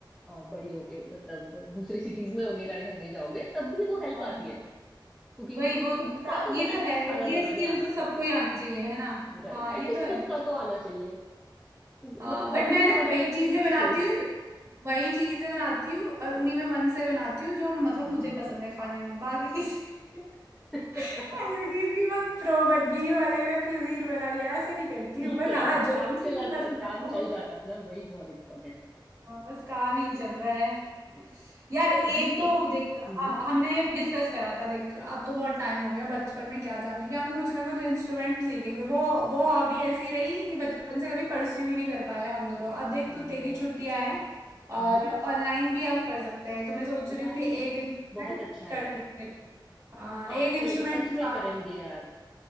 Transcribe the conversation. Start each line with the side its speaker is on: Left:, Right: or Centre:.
Centre: अ, बड़ी होके मतलब दूसरे सिटीज में वगैरह रहने जाओगे तब भी वो हेल्प
Right: हाँ
Centre: आती है कुकिंग
Right: वही
Centre: तू
Right: वो
Centre: खुद का तो
Right: ये तो
Centre: एटलीस्ट
Right: है
Centre: खाना
Right: ये
Centre: बनाने
Right: स्किल
Centre: आना
Right: तो
Centre: चाहिए
Right: सबको ही आनी चाहिए है ना
Centre: राइट
Right: हाँ
Centre: एटलीस्ट
Right: ये तो है
Centre: खुद का तो आना चाहिए मतलब
Right: हाँ बट
Centre: हॉबी
Right: मैं
Centre: से
Right: ना
Centre: ज्यादा
Right: वही
Centre: वो
Right: चीजें
Centre: बेसिक
Right: बनाती
Centre: स्किल है
Right: हूँ वही चीजें बनाती हूँ और उन्हीं में मन से बनाती हूँ जो मतलब
Centre: हम्म
Right: मुझे पसंद है खाने में बाकी चीजें
Centre: <laughs>
Right: <laughs> ऐसे नहीं है कि बहुत प्रो बन गई हूँ अलग अलग कुजीन बना रही हूँ, ऐसे नहीं करती
Centre: ठीक
Right: हूँ बस
Centre: है यार
Right: हाँ जो
Centre: काम
Right: चीज
Centre: चलाता
Right: पसंद
Centre: काम
Right: है वो
Centre: चल जाता है ना वही बहुत इम्पोर्टेंट है
Right: हाँ, बस काम ही
Centre: हम्म।
Right: चल रहा है यार एक
Centre: लेकिन ठीक
Right: तो
Centre: है
Right: देख
Centre: हम्म
Right: आ, हमने डिस्कस करा था देख अब तो बहुत टाइम हो गया बचपन में क्या था हमने कि हम कुछ ना कुछ इंस्ट्रूमेंट सीखेंगे वो वो हॉबी ऐसी रही कि बचपन से कभी परस्यू ही नहीं कर पाए हम दोनों अब देख
Centre: और,
Right: तू तेरी छुट्टियां हैं और
Centre: हम्म
Right: ऑनलाइन भी हम कर सकते हैं तो मैं सोच रही
Centre: राइट
Right: हूँ कि एक इंस्ट्रूमेंट
Centre: बहुत अच्छा आइडिया
Right: कर
Centre: है
Right: लेंगे हाँ
Centre: हाँ
Right: एक
Centre: चलेगा
Right: इंस्ट्रूमेंट
Centre: सच
Right: के साथ
Centre: में करेंगे यार